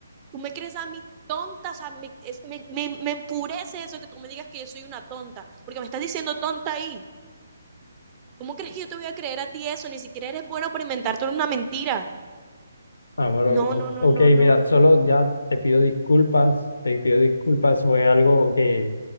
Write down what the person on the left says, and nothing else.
Amor, o-
o-
ok,
mira, solo ya te pido disculpas, te pido disculpas, fue algo que